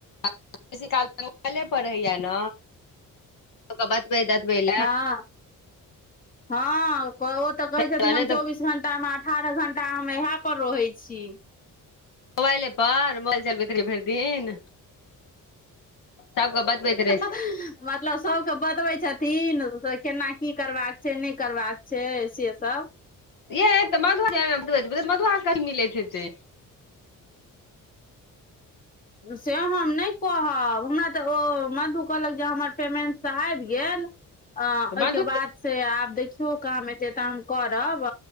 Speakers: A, on the left; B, on the left.
A: बेसि काल पर रहैया ने बतबब
B: हँ हँ ओ तऽ कहै
A: नहि
B: छथिनौबीस
A: तऽ
B: बी घंटा मे अठारह घं्टा हम इएह पर रहै छी
A: मोबाइले पर मोबाइल चलबैत रहि भरि दिन सबके बतबैत रहे
B: मतलब सबके बतबै छथिन से केना की करबाक छै नहि करबाक छै छै स सब
A: ए मधु मधु आ क मिले छै से
B: से हम नहि कहब हमरा तऽ ओ मधु कहलक जे हमर पेमेंट तऽ आबि गेल अ ओहिके
A: मधु
B: बाद से आब देखियौ काम एते ताम करब